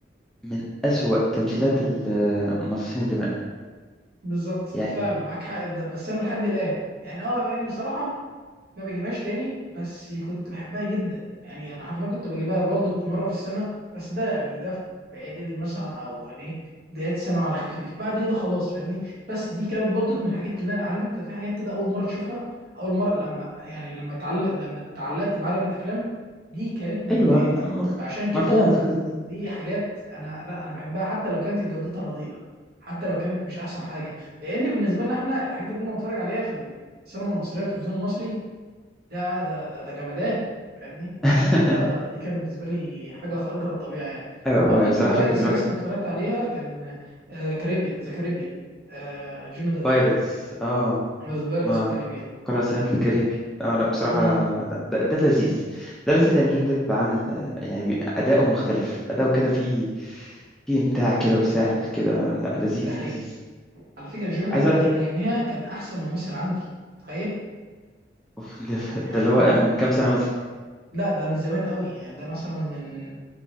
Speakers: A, in the centre; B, on the right.
A: من أسوأ تمثيلات ال- مصاصين الدماء
B: بالظبط فعلا
A: يعني
B: معاك حق في ده بس انا لحد الان يعني اه يعني بصراحه ما بجيبهاش تاني بس كنت بحبها جدا يعني انا حرفيا كنت بجيبها برضو مره في السنه بس ده يعني ده في اعدادي مثلا او يعني ايه بدايات ثانوي على خفيف بعد كده خلاص فاهمني بس دي كانت برضو من الحاجات اللي انا عارف انت في حاجات كده اول مره تشوفها اول مره لما يعني لما اتعلق لما اتعلقت بعالم الافلام دي كانت من
A: ايوه
B: بدايتي
A: مف-
B: فعشان كده
A: مفهوم فكرة
B: دي حاجات انا لا انا بحبها حتى لو كانت جودتها رديئه حتى لو كانت مش احسن حاجه لان بالنسبه لنا احنا الحاجات اللي كنا بنتفرج عليها في السينما المصريه والتلفزيون المصري ده ده ده, ده جمدان فاهمني
A: <laughs>
B: عشان كده دي كان بالنسبه لي حاجه خارقه للطبيعه يعني
A: ايوه
B: وبرضك
A: آه، هي بصراحة
B: من اوائل
A: فكرة
B: السلاسل
A: الواحد
B: اللي اتفرجت عليها كان كاريبيان ذا كاريبيان جوني ديب
A: بايرتس اه
B: ذا بايرتس
A: ما
B: اوف كاريبيان
A: قرأ سنة الكاريبي اه لا بصراحة
B: امم
A: لا، ده, ده لذيذ ده لذيذ لأن جون ديب عامل آه، يعني بي- أداؤه مختلف أداؤه كده فيه فيه إمتاع كده وسهل كده لا لذيذ
B: ده حقيقي
A: لذيذ
B: على فكره جوني ديب
A: عايز أقول
B: كان
A: لك
B: اياميها كان احسن ممثل عندي تخيل
A: <laughs>
B: يعني
A: ده اللي هو
B: اه
A: من كام سنة مثلا
B: لا ده من زمان قوي يعني ده مثلا من